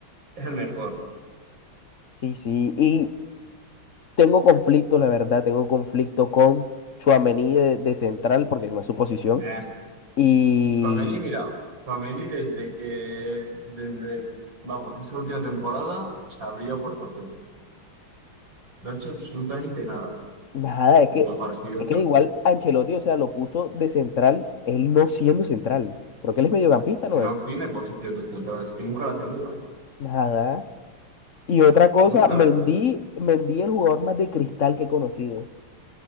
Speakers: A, on the right; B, on the left.
A: el mejor.
B: sí, sí, y tengo conflicto, la verdad, tengo conflicto con Tchouaméni de, de central porque no es su posición
A: Nah,
B: y
A: Tchouaméni, mira, Tchouaméni desde que, desde, vamos, esa última temporada se abrió por José. No ha hecho absolutamente nada.
B: Nada, es
A: Hubo
B: que,
A: partido
B: es que igual Ancelotti, o sea, lo puso de central, él no siendo central, porque él es mediocampista, ¿no
A: que no
B: es?
A: tiene posición de central, es que nunca la ha tenido.
B: Nada. Y otra cosa,
A: Nunca
B: Mendy,
A: la ha tenido.
B: Mendy el jugador más de cristal que he conocido.